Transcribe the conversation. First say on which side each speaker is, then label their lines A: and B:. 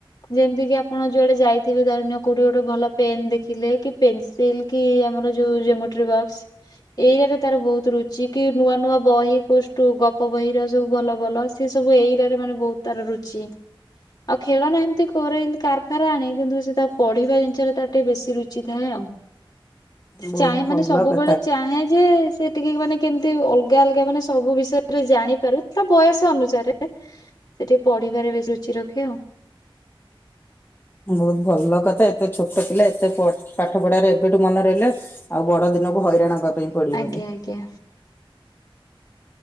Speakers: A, on the left (about 45°); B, on the left (about 20°).
A: ଯେମତି କିି ଆପଣ ଯୁଆଡେ ଯାଇଥିବେ ଧରି ନିଅ କୋଉଠି ଗୋଟେ ଭଲ ପେନ୍ ଦେଖିଲେ କି, ପେନ୍ସିଲ୍ କି ଆମ ର ଯୋଉ ଜମୋଟ୍ରି ବକ୍ସ। ଏଇରାରେ ତାର ବହୁତ ରୁଚି। କି ନୂଆ ନୂଆ ବହି କୋଉ ଷ୍ଟୁ ଗପ ବହି ର ସବୁ ବଲ ବଲ ସି ସିଏ ସବୁ ଏଈରା ରେ ମାନେ ବହୁତ୍ ତାର ରୁଚି। ଆଉ ଖେଳନା ଏମିତି କରେ କାରଫାର ଆଣେ କିନ୍ତୁ ସେ ତା ପଢିବା ଜିନ୍ଷରେ ତା ଟିକେ ବେଶୀ ରୁଚି ଥାଏ ଆଉ। ସିଏ
B: ବହୁତ
A: ଚାହେଁ ମାନେ
B: ଭଲ
A: ସବୁବେଳେ
B: କଥା
A: ଚାହେଁ ଯେ ସେ ଟିକେ ମାନେ କେମିତି ଅଲଗା ଅଲଗା ମାନେ ସବୁ ବିଷୟ ରେ ଜାଣିପାରୁ ତା ବୟସ ଅନୁସାରେ। ସେଏ ଟିକେ ପଢିବାରେ ବେଶି ରୁଚି ରଖେ ଆଉ।
B: ବହୁତ ଭଲ କଥା ଏତେ ଛୋଟ ପିଲା ଏତେ ପାଢା ପାଠ ପଢାରେ ଏବେଠୁ ମନେ ରହିଲା। ଆଉ ବଡ ଦିନକୁ ହଇରାଣ କପାଇଁ ପଡିବନି।
A: ଆଜ୍ଞା ଆଜ୍ଞା